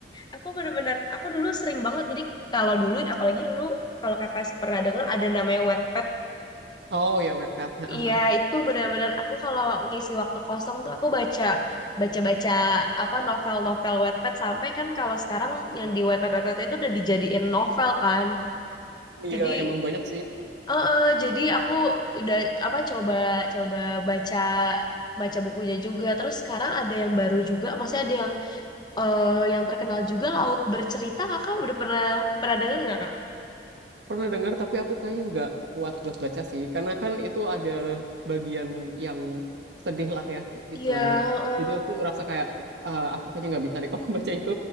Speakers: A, on the left; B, on the right.
A: Aku bener-bener, aku dulu sering banget. Jadi kalau dulu, apalagi dulu, kalau kakak pernah dengar ada namanya Wattpad.
B: oh ya wetpad <laughs> Heeh.
A: Iya, itu benar-benar aku kalau ngisi waktu kosong tuh aku baca, baca-baca apa novel-novel Wattpad sampai kan kalau sekarang yang di Wattpad, Wattpad itu udah dijadiin novel kan.
B: iya
A: Jadi,
B: emang banyak sih
A: eh eh, jadi aku udah apa coba coba baca baca bukunya juga. Terus sekarang ada yang baru juga, maksudnya ada yang eh, yang terkenal juga Laut Bercerita kakak udah pernah pernah denger nggak kak?
B: Pernah dengar tapi aku kayaknya nggak kuat buat baca sih karena kan itu ada bagian yang sedih lah ya istilahnya.
A: Iya, heeh.
B: Jadi aku merasa kayak "Ah, aku kayaknya nggak bisa deh kalau <laughs> baca itu.